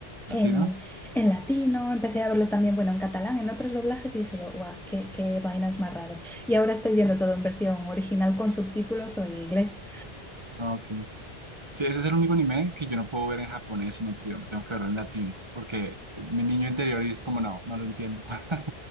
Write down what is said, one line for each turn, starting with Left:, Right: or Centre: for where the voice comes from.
Right: ¿Latino?
Centre: en, en latino, empecé a verlo también, bueno, en catalán, en otros doblajes y dije yo, guau, qué, qué vainas más raras. Y ahora estoy viendo todo en versión original con subtítulos o en inglés.
Right: Ah, ok. Sí, ese es el único anime que yo no puedo ver en japonés o en otro idioma. Tengo que verlo en latino, porque mi niño interior es como, no, no lo entiendo. <laughs>